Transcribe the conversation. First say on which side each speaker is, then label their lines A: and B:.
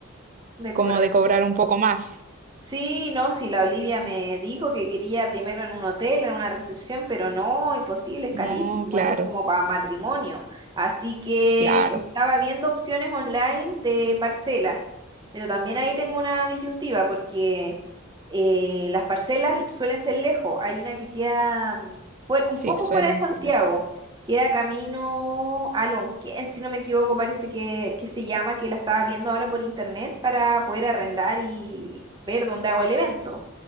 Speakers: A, on the right (about 20°); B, on the right (about 35°).
A: de cobrar.
B: como de cobrar un poco más.
A: Sí, no, sí, la Olivia me dijo que quería primero en un hotel, en una recepción, pero no, imposible, es carísimo,
B: No, claro,
A: eso es como para matrimonio. Así que
B: claro,
A: estaba viendo opciones online de parcelas, pero también ahí tengo una disyuntiva porque eh, las parcelas suelen ser lejos, hay una que queda mm, fuer- un
B: sí,
A: poco
B: suelen
A: fuera de Santiago.
B: ser lejos.
A: Queda camino a Lonquén, si no me equivoco, parece que, que se llama, que la estaba viendo ahora por internet para poder arrendar y ver dónde hago el evento.